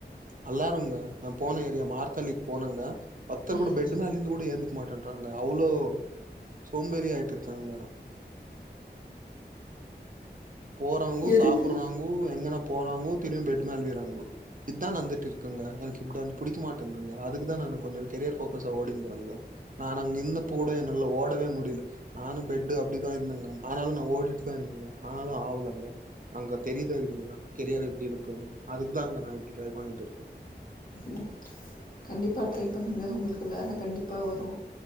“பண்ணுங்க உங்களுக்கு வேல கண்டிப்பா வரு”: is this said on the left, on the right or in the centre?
Left